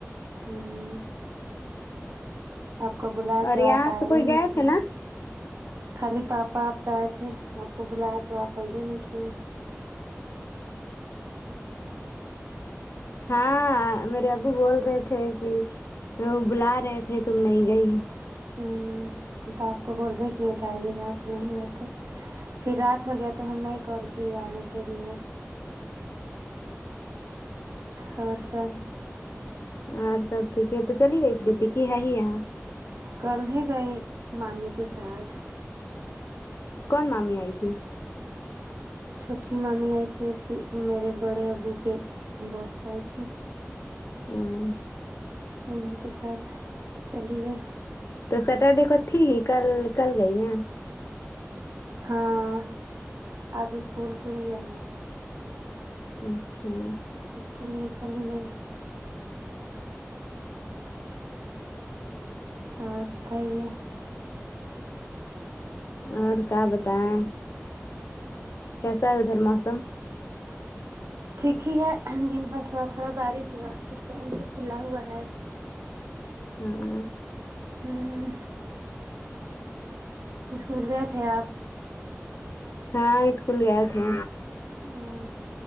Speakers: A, on the right (about 65°); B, on the left (about 60°).
A: ہمم آپ کو بلائے
B: اور
A: تو
B: یہاں
A: آپ آئے
B: سے کوئی
A: <unintelligible>
B: گئے تھے نا
A: میں خالی پاپا آپ گئے تھے آپ کو بلایا تو آپ آے بھی نہیں تھے
B: ہاں میرے ابو بول رہے تھے کہ وہ بلا رہے تھے تم نہیں گئی
A: ہوں تو آپ کو فون کئے تھے آ ئیے گا آپ نہیں آے تو پھر رات ہو گیا تو ہم نے ہی کال کی آنے کے لیے اور سب
B: اور سب ٹھیک ہے تو چلی گئی پریتی کی ہے ہی یہاں
A: کل ہی گئی مامی کے ساتھ
B: کون مامی آئی تھی
A: چھوٹکی مامی آئی تھی اس کی میرے بڑے ابو کے بہو آئی تھی
B: ہوں
A: انھیں کے ساتھ چلی گئی
B: تو سٹرڈے کو تھی ہی کل کل گئی نا
A: ہاں آج اسکول کھلی ہے نا
B: اچھا
A: اسی لیے چلی گئی اور بتائیے
B: اور کا بتائیں کیسا ہے ادھر موسم
A: ٹھیک ہی ہے دن بھر تھوڑا تھوڑا بارش ہوا اس ٹائم سے کھلا ہوا ہے
B: ہاں
A: ہوں اسکول گئے تھے آپ
B: ہاں اسکول گئے تھے
A: ہاں